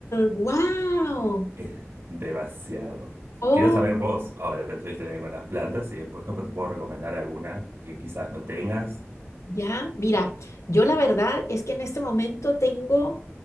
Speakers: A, on the left (about 85°); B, on the right (about 65°).
A: Wow.
B: Es demasiado.
A: Oh,
B: Quiero saber vos, ahora tu historia con las plantas y después capaz te puedo recomendar alguna que quizás no tengas.
A: ya. Mira, yo la verdad es que en este momento tengo,